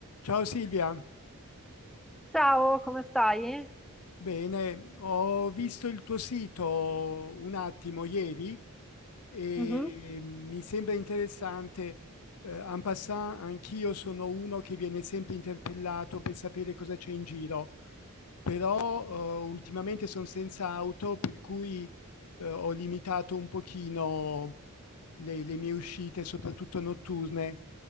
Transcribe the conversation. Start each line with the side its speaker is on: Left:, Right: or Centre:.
Left: Ciao Silvia,
Centre: Ciao, come stai?
Left: bene, ho visto il tuo sito un attimo ieri e
Centre: Mhm.
Left: mi sembra interessante. Eh, en passant, anch'io sono uno che viene sempre interpellato per sapere cosa c'è in giro, però eh, ultimamente sono senza auto, per cui eh, ho limitato un pochino le, le mie uscite, soprattutto notturne.